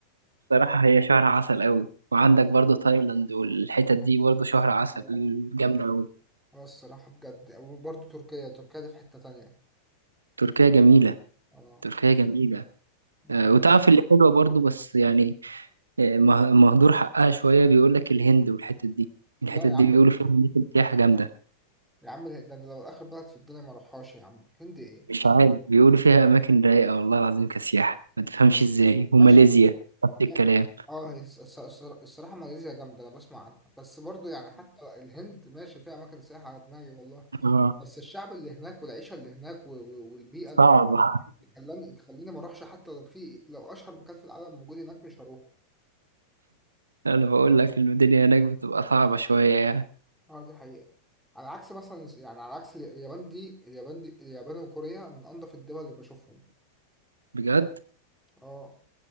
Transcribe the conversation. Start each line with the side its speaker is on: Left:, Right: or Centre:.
Right: بصراحة هي شهر عسل قوي وعندك برضو تايلاند والحتت دي برضو شهر عسل
Centre: اه
Right: جامدة قوي
Centre: آه، الصراحة بجد وبرضه تركيا تركيا دي في حتة تانية
Right: تركيا جميلة
Centre: اه
Right: تركيا جميلة
Centre: دي
Right: آه،
Centre: حقيقة
Right: وتعرف اللي حلوة برضو بس يعني آه، مه- مهدور حقها شوية بيقول لك الهند والحتت دي الحتت
Centre: لا يا
Right: دي
Centre: عم
Right: بيقولوا فيها أماكن سياحة جامدة
Centre: يا عم ده أنا لو آخر بلد في الدنيا ما أروحهاش يا عم هند إيه
Right: مش عارف بيقولوا فيها أماكن رايقة والله العظيم كسياحة ما تفهمش إزاي وماليزيا
Centre: ماشي
Right: نفس
Centre: لا.
Right: الكلام
Centre: اه هي الص- الص- الصرا- الصراحة ماليزيا جامدة أنا بسمع عنها بس برضه يعني حتى الهند ماشي فيها أماكن سياحة على دماغي والله
Right: آه،
Centre: بس الشعب اللي هناك والعيشه اللي هناك و- و- والبيئه
Right: صعبة
Centre: اللي هناك تخليني تخليني ما اروحش حتى لو في لو اشهر مكان في العالم موجود هناك مش هروح
Right: انا بقول لك الدنيا هناك بتبقى صعبة شوية يعني
Centre: اه دي حقيقه على عكس مثلا يعني على عكس اليابان دي اليابان دي اليابان وكوريا من انظف الدول اللي بشوفهم
Right: بجد
Centre: اه